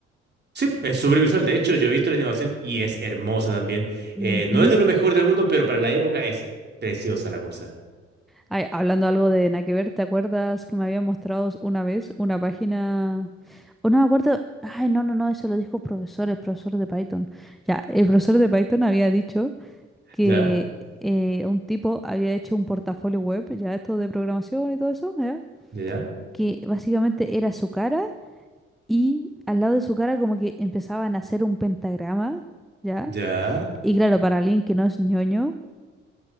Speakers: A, on the right; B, in the centre.
A: Sí, es súper visual. De hecho, yo he visto la animación y es hermosa también.
B: Ujú.
A: Eh, no es de lo mejor del mundo, pero para la época es preciosa la cosa.
B: Ay, hablando algo de nada que ver, ¿te acuerdas que me habían mostrado una vez una página? O no me acuerdo. Ay, no, no, no, eso lo dijo un profesor, el profesor de Python. Ya, el profesor de Python había dicho que
A: ¿Ya?
B: eh, un tipo había hecho un portafolio web, ya esto de programación y todo eso, ¿ya?
A: ¿Ya? ¿Ya?
B: Que básicamente era su cara y al lado de su cara como que empezaban a hacer un pentagrama, ¿ya?
A: ¿Ya?
B: Y claro, para alguien que no es ñoño